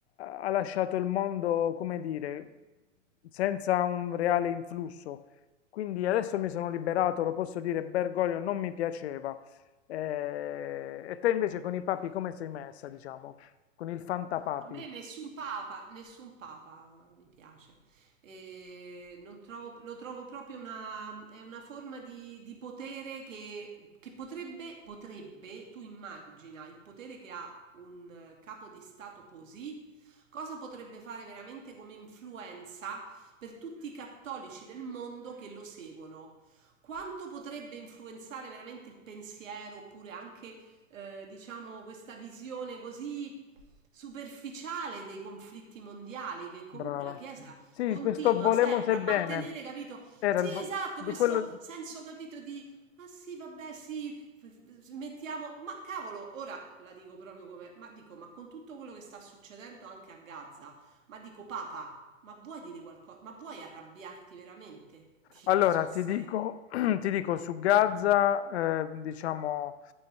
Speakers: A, on the left; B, on the right.
A: ha lasciato il mondo, come dire, senza un reale influsso. Quindi adesso mi sono liberato, lo posso dire, Bergoglio non mi piaceva. Eh, e te invece con i papi come sei messa, diciamo? Con il fantapapi,
B: A me nessun papa, nessun papa mi piace. E non trovo- lo trovo proprio una, è una forma di, di potere che, che potrebbe, potrebbe, tu immagina il potere che ha un eh, capo di Stato così, cosa potrebbe fare veramente come influenza per tutti i cattolici del mondo che lo seguono? Quanto potrebbe influenzare veramente il pensiero oppure anche eh, diciamo, questa visione così superficiale dei conflitti mondiali che comunque
A: brava.
B: la Chiesa
A: Sì,
B: continua
A: questo volemo
B: sempre
A: se
B: a
A: bene.
B: mantenere, capito?
A: Era
B: Sì,
A: il vo-
B: esatto,
A: di
B: questo
A: quello.
B: senso, capito, di ah sì, vabbè, sì, f- f- mettiamo, ma cavolo, ora la dico proprio come, ma dico, ma con tutto quello che sta succedendo anche a Gaza, ma dico, Papa, ma vuoi dire qualcosa? Ma vuoi arrabbiarti veramente? <laughs> Dico
A: Allora,
B: sul
A: ti
B: serio.
A: dico, <clears throat> ti dico su Gaza, eh, diciamo,